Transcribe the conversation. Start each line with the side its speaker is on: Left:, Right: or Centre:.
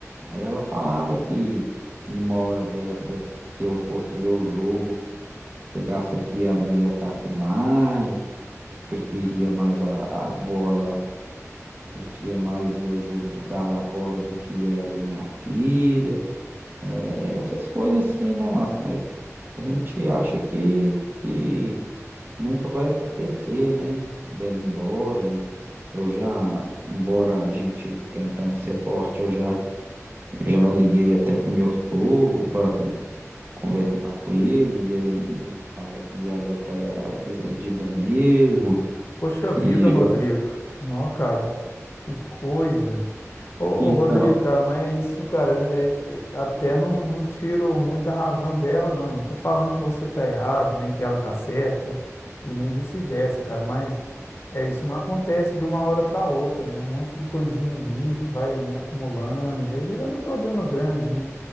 Right: Aí ela falava que numa hora dessas que eu fosse ver o jogo Chegasse aqui, ela não ia estar aqui mais, que preferia mais a, a bola, preferia mais ver o jogo do Galo a bola do que ela e minha filha. É, essas coisas assim, né, Márcio? Mas a gente acha que, que nunca vai acontecer, né? Dela ir embora e eu já, embora a gente tentando ser forte, eu já, já liguei até pro meu sogro para conversar com ele e ele, e ele fala que ela tá decidida mesmo,
Left: Poxa
Right: que
Left: vida, Rodrigo.
Right: já...
Left: Não, cara. Que coisa. Ô, ô,
Right: Então,
Left: Rodrigo, cara, mas é isso, cara, é- é- até não, não tiro muita razão dela, não. Não tô falando que você tá errado, nem que ela tá certa, e nem vice-versa, cara, mas é isso não acontece de uma hora para outra, né? Um monte de coisinha ali que vai acumulando e vai virando um problema grande, né?